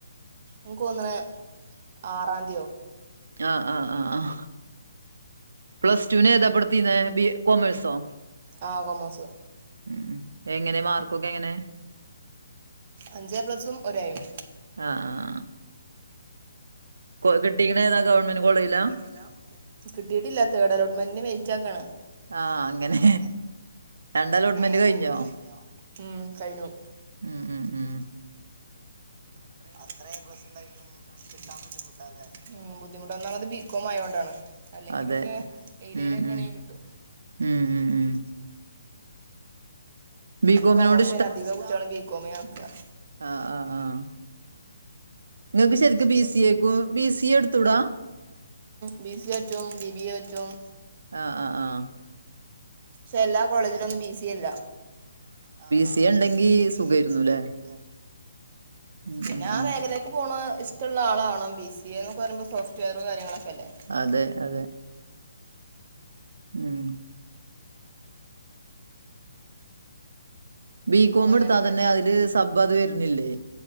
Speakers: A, on the right; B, on the right.
A: നിക്കൊന്നണ്ആറാംന്തി യൊ
B: ആഹ ആഹ ആഹ് ആഹ പ്ലസ്റ്റുന് ഏതാ പ്പ നെടുത്തിന് ബി കോമർസോ
A: ആ കൊമേഴ്സ്
B: ഉ എങ്ങനെ മാർക്കൊക്കെ എങ്ങനെ
A: അഞ്ചേ പ്ലസും ഒരേയും
B: ആഹ ആ് കിട്ടിക്കു ന്ന ഏതാ ഗവൺമെന്റ് കോളേജിലാ
A: ല്ല കിട്ടിട്ടില്ല തേർഡ് അലോട്ട്മെന്റിന് വെയിറ്റാ ക്കാണ്
B: ആഹ് അങ്ങനെ
A: ആ
B: രണ്ട് അലോട്ട്മെന്റ്
A: അ
B: കഴിഞ്ഞോ
A: കഴിഞ്ഞു
B: ഉം ഉം ഉം
A: അത്ര എ പ്ലസ്സ് ണ്ടായിട്ടും കിട്ടാൻ ബദ്ധിമുട്ടാ ല്ലെ ബുദ്ധിമുട്ടത് ഒന്നാമത് ബികോം ആയൊണ്ടാണ് അല്ലെങ്കിലൊക്കെ
B: അതെ
A: ഏലയിലൊക്കെ
B: ഉം ഉം
A: ആ ണെങ്കി കിട്ടും
B: ഉം ഉം ഉം ബികോമിനോട്
A: കോമഴ്സിലെ അധികം കുട്ട്യാളും ബി കോമിനാ ഏർക്കുവാ
B: ആഹ ആഹ് ആഹ് നിങ്ങൾക്ക് ശരിക്കും
A: മം മ്
B: ബി സി എക്കും ബി സി എ എടുത്തൂടാ
A: ബിസിഎ പറ്റും ബി ബി എ പറ്റും
B: ആഹ ആഹ് ആഹ
A: പക്ഷെ എല്ലാ കോളേജിലൊന്നും ബി സി എ ഇല്ല. ആഹ് ആഹ്
B: സി എ
A: ബി
B: ഉണ്ടെങ്കി
A: സിഎ ഇണ്ടങ്കി
B: സുഖായിരുന്നുല്ലേ
A: സുഗേർന്നുലേ
B: ഉം
A: പിന്നെ
B: ഉം
A: ആ
B: ഉം
A: മേഖല പോണ ഇഷ്ടള്ള ആളാവണം ബി സിഎ ന്ന്ക്കെ പറിമ്പോൾ സോഫ്റ്റ്‌വെയർ കാര്യങ്ങളൊക്കെ അല്ലേ.
B: അതെ അതെ ഉം... ബീ കോം
A: അപ്പൊ അങ്ങനെയൊക്കെ
B: എടുത്താ തന്നെ അതില് സബ് അത് വരുണി ല്ലേ